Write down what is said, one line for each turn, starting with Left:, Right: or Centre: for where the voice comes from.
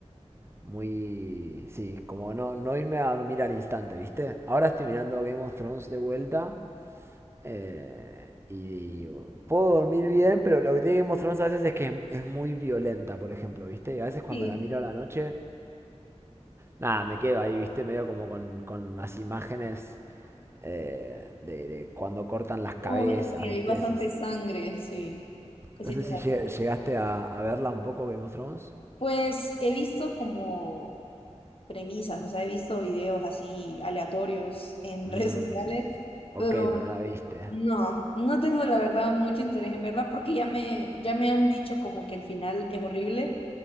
Right: muy, sí, como no, no irme a dormir al instante, ¿viste? Ahora estoy mirando Game of Thrones de vuelta. Eh, y, y puedo dormir bien, pero lo que tiene que mostrarnos a veces es que es, es muy violenta, por ejemplo, ¿viste? A veces cuando
Left: Sí,
Right: la miro a la noche, nada, me quedo ahí, ¿viste? Medio como con, con las imágenes eh, de, de cuando cortan las
Left: es
Right: cabezas,
Left: como, sí,
Right: ¿viste?
Left: hay bastante
Right: Ese es-
Left: sangre, sí. Cositas
Right: no sé si lle-
Left: así.
Right: llegaste a, a verla un poco, Game of Thrones.
Left: Pues he visto como premisas, o sea, he visto videos así aleatorios en
Right: Mm,
Left: <laughs> redes sociales,
Right: ok,
Left: pero
Right: pero no la viste.
Left: no, no tengo la verdad mucho interés en verla porque ya me, ya me han dicho como que el final es horrible.